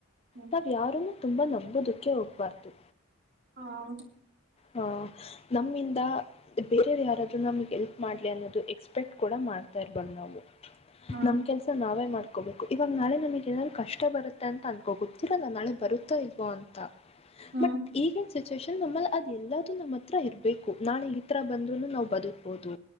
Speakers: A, on the right (about 45°); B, on the left (about 25°).
A: ಹ್ಮ್
B: ನಾವ್ ಯಾರನು ತುಂಬಾ ನಮ್ಮ ಓದಕ್ಕೆ ಹೋಗಬಾರದ್ದು
A: ಹಾ ಹೌದು
B: ಹ ನಮ್ಮಿಂದ ಬೇರೆಯವ್ ಯಾರಾದರು ನಮ್ಗ್ ಎಲ್ಪ್ ಮಾಡ್ಲಿ ಅನ್ನೋದು ಎಕ್ಸ್ಪೆಕ್ಟ್ ಕೂಡ ಮಾಡ್ತಾ ಇರ್ಬಾರದ್ ನಾವು
A: ಹ್ಮ್
B: ನಮ್ ಕೆಲ್ಸ ನಾವೇ ಮಾಡ್ ಅಕೋಬೇಕು ಇವಾಗ ನಾಳೆ ನಮಗ್ ಏನಾದ್ ಕಷ್ಟ ಬರುತ್ತೆ ಅಂತ ಅನ್ಕೋ ಗೊತ್ತಿರಲ್ಲ ನಾಳೆ ಬರುತ್ತಾ ಇಲ್ವೋ ಅಂತ
A: ಹ್ಮ್
B: ಬಟ್ ಈಗ ಸಿಚುುವೇೇಶನ್ ನಮ್ಮಲ್ಲಿ ಅದ ಎಲ್ಲದುು ನಮ್ಮ ಹತ್ರ ಇರ್ಬೇಕು ನಾಳ ಈ ತರ ಬಂದ್ರು ನಾವವು ಬದುಕ್ಬೋದು